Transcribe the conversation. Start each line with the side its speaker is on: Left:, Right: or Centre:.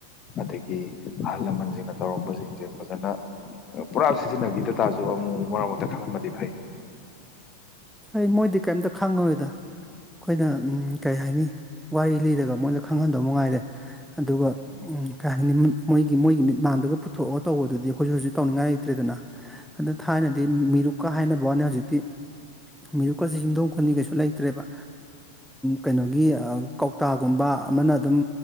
Left: ꯑꯗꯒꯤ ꯗꯤ ꯑꯍꯜ ꯂꯃꯟꯁꯤꯡꯅ ꯇꯧꯔꯝꯕꯁꯤꯡꯁꯦ ꯐꯖꯅ ꯄꯨꯔꯥ ꯁꯤꯖꯤꯟꯅꯕꯤꯗ ꯇꯥꯁꯨ ꯑꯃꯨꯛ ꯃꯔꯛ ꯃꯔꯛꯇ ꯈꯪꯍꯟꯕ ꯥꯐꯩ
Centre: ꯍꯩ ꯃꯣꯏꯗꯤ ꯀꯩꯝꯇ ꯈꯪꯉꯔꯣꯏꯗ ꯑꯩꯈꯣꯏꯅ ꯎꯝ ꯀꯩ ꯍꯥꯏꯅꯤ ꯋꯥꯔꯤ ꯂꯤꯔꯒ ꯃꯣꯏꯗ ꯈꯪꯍꯟꯗꯕ ꯃꯉꯥꯏꯔꯦ ꯑꯗꯨꯒ ꯀꯥ ꯍꯥꯏꯅꯤ ꯃꯣꯏꯒꯤ ꯃꯣꯏꯒꯤ ꯃꯤꯠꯃꯥꯡꯗꯨꯒ ꯄꯨꯊꯣꯛꯑ ꯇꯧꯕꯗꯨꯗꯤ ꯑꯩꯈꯣꯏꯁꯨ ꯍꯧꯖꯤꯛ ꯇꯧꯅꯤꯡꯉꯥꯏ ꯂꯩꯇ꯭ꯔꯦꯗꯅ ꯑꯗ ꯊꯥꯏꯅꯗꯤ ꯃꯤꯔꯨꯛꯀ ꯍꯥꯏꯅꯕ ꯋꯥꯅꯤ ꯍꯧꯖꯤꯛꯇꯤ ꯃꯤꯔꯨꯞꯀꯁꯤ ꯌꯨꯝꯊꯣꯡ ꯈꯨꯗꯤꯡ ꯀꯩꯁꯨ ꯂꯩꯇ꯭ꯔꯦꯕ ꯀꯩꯅꯣꯒꯤ ꯑꯥ ꯀꯧꯇꯥꯒꯨꯝꯕ ꯑꯃꯅ ꯑꯗꯨꯝ